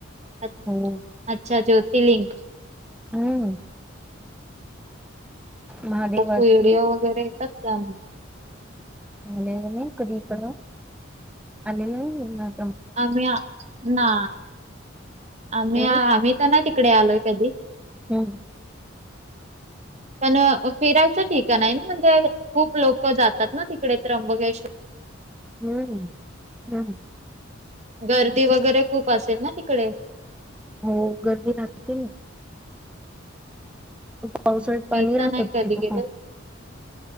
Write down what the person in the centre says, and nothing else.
हो
हम्म. महादेवाची
लेल कदीप आलेलयऽ <inaudible>
हम्म
हम्म.
हम्म हम्म.
हो गर्दी रााहते ना. पावसाळ्यात
पाणी
राहतात
तिथ
पण.